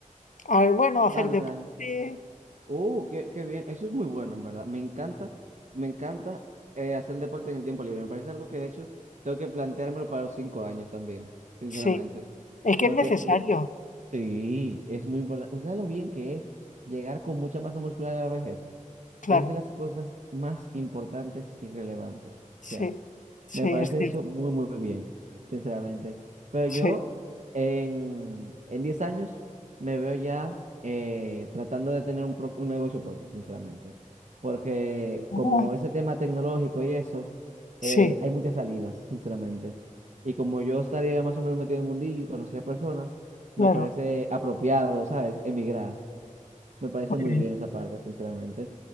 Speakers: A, on the left; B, on the right.
A: a ver, bueno, hacer
B: Danza.
A: deporte,
B: Uh, qué, qué bien. Eso es muy bueno, en verdad. Me encanta, me encanta eh, hacer deporte en el tiempo libre. Me parece algo que de hecho tengo que planteármelo para los cinco años también, sinceramente.
A: sí, es que
B: Porque
A: es necesario,
B: yo- sí, es muy importante. Ustedes lo bien que es llegar con mucha masa muscular a la vejez.
A: claro,
B: Es de las cosas más importantes y relevantes
A: sí,
B: que hay.
A: sí,
B: Me parece
A: es cierto,
B: eso muy, muy bien, sinceramente. Pero yo
A: sí.
B: en, en 10 años me veo ya eh, tratando de tener un, pro- un negocio propio, sinceramente. Porque
A: Ah.
B: como ese tema tecnológico y eso,
A: Sí,
B: eh, hay muchas salidas, sinceramente. Y como yo estaría más o menos metido en el mundillo y conocer a personas, me
A: claro.
B: parece apropiado, ¿sabes? Emigrar. Me parece
A: muy
B: muy
A: bien.
B: bien esa parte, sinceramente.